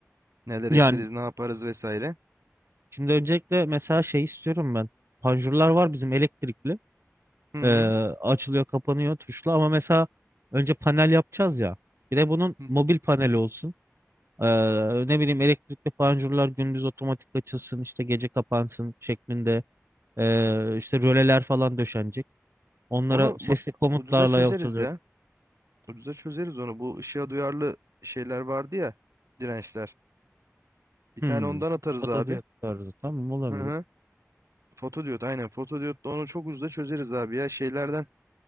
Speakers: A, on the right; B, on the right.
A: Neler
B: Yani
A: ekleriz ne yaparız vesaire.
B: şimdi öncelikle mesela şey istiyorum ben. Panjurlar var bizim elektrikli.
A: Hı hı.
B: Ee, açılıyor kapanıyor tuşla ama mesela önce panel yapacağız ya. Bir de bunun
A: Hı hı.
B: mobil paneli olsun. Ee, ne bileyim elektrikli panjurlar gündüz otomatik açılsın işte gece kapansın şeklinde. Ee, işte röleler falan döşenecek. Onlara
A: Onu
B: sesli
A: ba-
B: komutlarla
A: ucuza çözeriz
B: yapılacak.
A: ya. Ucuza çözeriz onu. Bu ışığa duyarlı şeyler vardı ya dirençler. Bir
B: Hmm.
A: tane ondan atarız
B: Otodiyot
A: abi.
B: tarzı tamam olabilir.
A: Hı hı. Fotodiyot aynen fotodiyotla onu çok ucuza çözeriz abi ya şeylerden